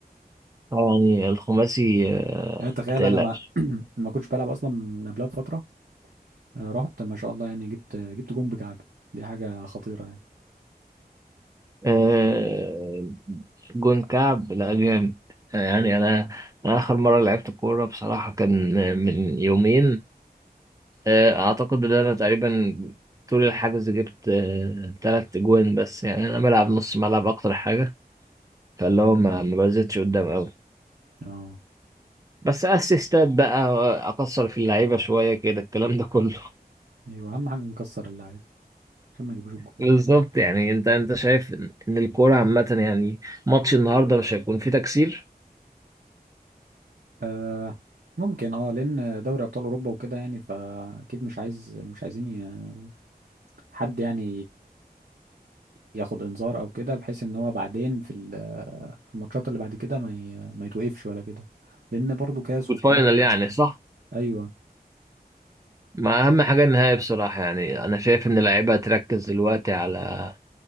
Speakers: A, on the right (about 20°); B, on the right (about 75°).
A: يعني الخماسي آه،
B: يعني تخيل
A: ما تقلقش
B: انا ما <clears throat> ما كنتش بلعب اصلا من قبلها بفتره آه، رحت ما شاء الله يعني جبت جبت جون بكعب دي حاجه خطيره يعني
A: آه، جون كعب لا جامد آه، يعني انا انا اخر مرة لعبت كورة بصراحة كان من يومين آه، اعتقد ان انا تقريبا طول الحجز جبت آه، تلات جوان بس يعني انا بلعب نص ملعب اكتر حاجة فاللي هو ما ما بزيدش قدام قوي
B: اه
A: بس اسيستات بقى اقصر في اللعيبه شويه كده الكلام ده كله <laughs>
B: ايوه اهم حاجه نكسر اللعيب عشان ما يجيبوش الجون
A: بالظبط يعني انت انت شايف ان إن الكوره عامه يعني ماتش النهارده مش هيكون فيه تكسير
B: آه ممكن اه لان دوري ابطال اوروبا وكده يعني فاكيد مش عايز مش عايزين ي- حد يعني ياخد انذار او كده بحيث ان هو بعدين في ال- في الماتشات اللي بعد كده ما ي- ما يتوقفش ولا كده لان برضه كاس
A: والفاينل
B: وبتاع ف-
A: يعني صح
B: ايوه
A: ما اهم حاجه النهائي بصراحه يعني انا شايف ان اللعيبه هتركز دلوقتي على